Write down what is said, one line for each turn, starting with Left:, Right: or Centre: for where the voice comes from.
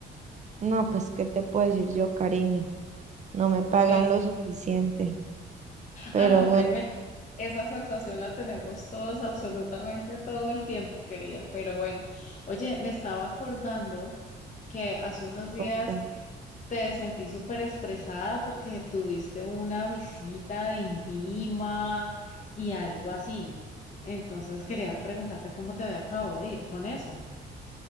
Right: No, pues, ¿qué te puedo decir yo, cariño? No me pagan
Left: Ve.
Right: lo suficiente. Pero
Left: Ah, no,
Right: bueno,
Left: créeme, esa sensación la tenemos todos, absolutamente todo el tiempo, querida. Pero bueno, oye, me estaba acordando que hace unos días
Right: cuéntame.
Left: Te sentí súper estresada porque tuviste una visita de INVIMA y algo así. Entonces quería preguntarte cómo te había acabado de ir con eso.